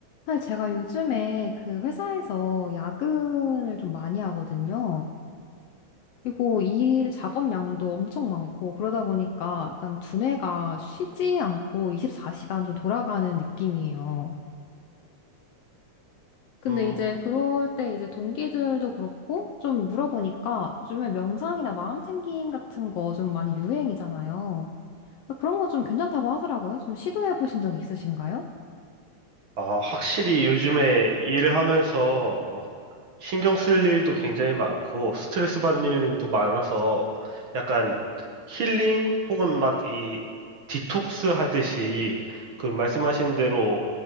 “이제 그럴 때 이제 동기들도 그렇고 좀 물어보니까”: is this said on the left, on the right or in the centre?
Left